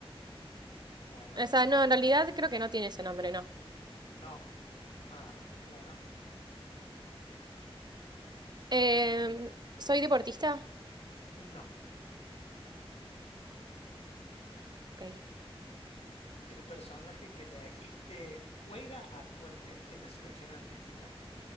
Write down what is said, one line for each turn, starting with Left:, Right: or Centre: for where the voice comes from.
Left: Bueno,
Right: O sea, no, en realidad creo que no tiene ese nombre, no.
Left: no. Ah, bueno.
Right: Em, ¿soy deportista?
Left: No.
Right: Ok.
Left: ¿El personaje que le elegiste juega actualmente en la selección argentina?